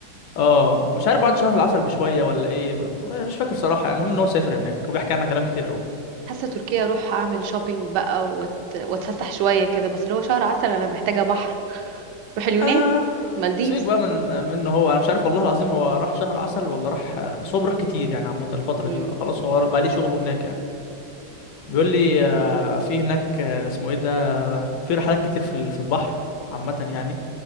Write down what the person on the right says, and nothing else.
حاسه تركيا اروح اعمل شوبينج بقى وات... واتفسح شويه كده بس اللي هو شهر عسل انا محتاجه بحر روح اليونان
مالديفز
مم.